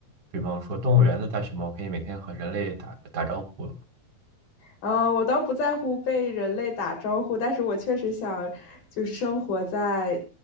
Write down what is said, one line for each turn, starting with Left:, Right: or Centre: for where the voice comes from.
Right: 比方说动物园的大熊猫，可以每天和人类打打招呼
Left: 嗯，我倒不在乎被人类打招呼，但是我确实想，就是生活在